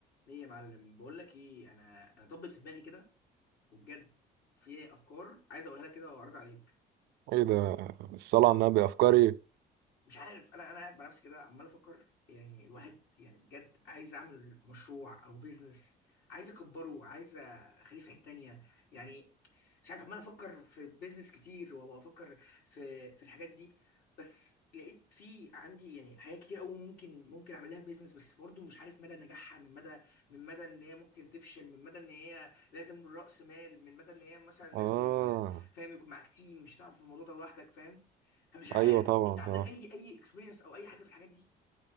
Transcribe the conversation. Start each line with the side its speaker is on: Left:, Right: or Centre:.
Left: ليه يا معلم بقول لك ايه انا انا طبت في دماغي كده وبجد في افكار عايز اقولها لك كده واعرض عليك
Right: ايه ده الصلاة على النبي افكاري
Left: مش عارف انا انا قاعد مع نفسي كده عمال افكر يعني الواحد يعني بجد عايز اعمل مشروع او بيزنس عايز اكبره عايز اخليه في حته تانية يعني مش عارف عمال افكر في بيزنس كتير وافكر في في الحاجات دي بس لقيت في عندي يعني حاجات كتير قوي ممكن ممكن اعمل لها بيزنس بس برضو مش عارف مدى نجاحها من مدى من مدى ان هي ممكن تفشل من مدى ان هي لازم رأس مال من مدى ان هي مثلا
Right: اه
Left: لازم آه، فاهم يكون معاك تيم مش هتعرف في الموضوع ده لوحدك فاهم فمش عارف
Right: ايوه طبعا
Left: انت عندك
Right: طبعا
Left: اي اي اكسبيرينس او اي حاجه في الحاجات دي